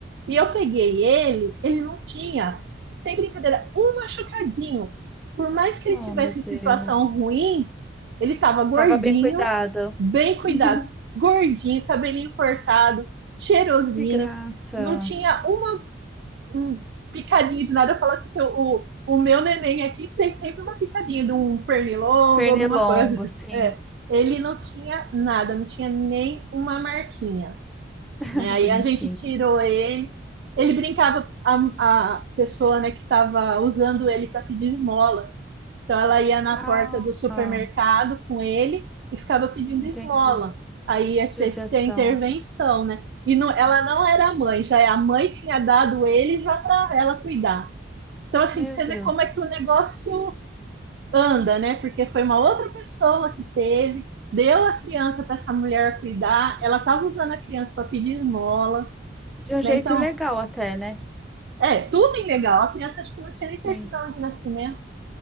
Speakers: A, on the right; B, in the centre.
A: E eu peguei ele, ele não tinha, sem brincadeira, um machucadinho. Por mais que ele
B: Oh,
A: tivesse
B: meu Deus.
A: situação ruim, ele estava gordinho,
B: Tava bem cuidado.
A: bem cuidado,
B: <laughs>
A: gordinho, cabelinho cortado, cheirosinho,
B: Que graça.
A: não tinha uma um picadinha de nada. Eu falo que seu, o, o meu neném aqui tem sempre uma picadinha de um pernilongo,
B: Pernilongo,
A: alguma coisa.
B: sim.
A: É, ele não tinha nada, não tinha nem uma marquinha.
B: <laughs>
A: Né? Aí
B: Bonitinho.
A: a gente tirou ele, ele brincava, a, a pessoa né, que estava usando ele para pedir esmola. Então ela ia na
B: Ah,
A: porta do supermercado
B: ah,
A: com ele e ficava pedindo
B: entendi.
A: esmola. Aí ia
B: Judiação.
A: ter que ter intervenção, né? E não, ela não era a mãe, já é, a mãe tinha dado ele já para ela cuidar. Então, assim,
B: Meu
A: pra você
B: Deus.
A: ver como é que o negócio anda, né? Porque foi uma outra pessoa que teve, deu a criança para essa mulher cuidar, ela estava usando a criança para pedir esmola,
B: De um
A: né?
B: jeito
A: Então,
B: legal até, né?
A: é, tudo ilegal. A criança acho que não tinha nem certidão
B: Sim.
A: de nascimento.